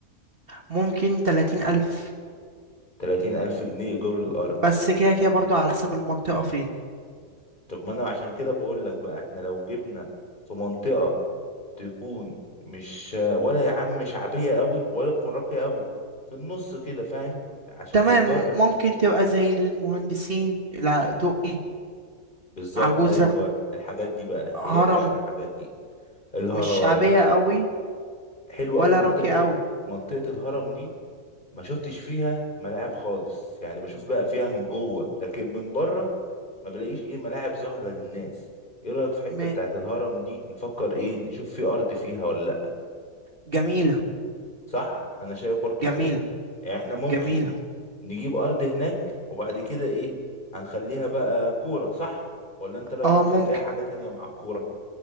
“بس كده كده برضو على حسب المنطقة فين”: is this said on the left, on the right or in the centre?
Right